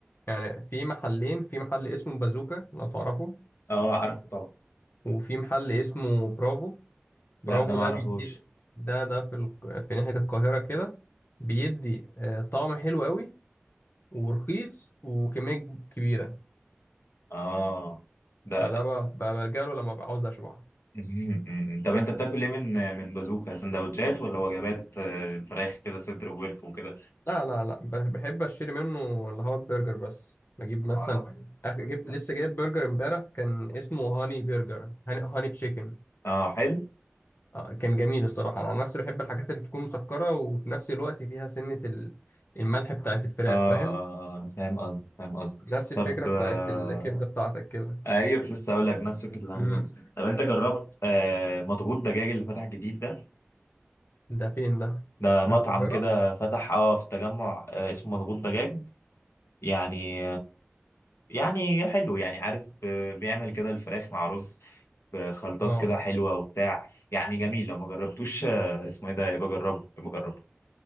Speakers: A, on the left; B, on the left.
A: يعني في محلين في محل اسمه بازوكا لو تعرفه
B: اه عارفه طبعا
A: وفي محل اسمه برافو برافو
B: لا ده ما
A: ده
B: اعرفوش
A: بيدي ده ده في ال... في ناحية القاهرة كده بيدي آه، طعم حلو قوي ورخيص وكمية كب- كبيرة
B: اه ده
A: فده ب- ب- بلجأ له لما ببقى عاوز أشبع
B: <laughs> طب انت بتاكل ايه من من بازوكا سندوتشات ولا وجبات آه، فراخ كده صدر وورك وكده
A: لا لا لا ب- بحب أشتري منه اللي هو البرجر بس بجيب مثلا أخ- جبت لسه جايب برجر امبارح كان اسمه هاني برجر هاني, هاني تشيكن
B: اه حلو
A: آه، كان جميل الصراحة أنا عن نفسي بحب الحاجات اللي بتكون مسكرة وفي نفس الوقت فيها سنة ال- الملح بتاعت الفراخ
B: اه آه،
A: فاهم
B: آه، فاهم قصدك فاهم قصدك
A: نفس الفكرة
B: طب آه
A: بتاعت الكبدة بتاعتك كده
B: ايوه كنت لسه هقول لك نفس فكره الهاني
A: امم
B: مصر طب انت جربت آه مضغوط دجاج اللي فتح جديد ده
A: ده فين ده
B: ده مطعم
A: ده في القاهرة
B: كده فتح اه في التجمع آه اسمه مضغوط دجاج يعني يعني حلو يعني عارف آه، بيعمل كده الفراخ مع رز بخلطات
A: اه
B: كده حلوة وبتاع يعني جميل لو ما جربتوش آه، اسمه ايه ده يبقى جربه يبقى جربه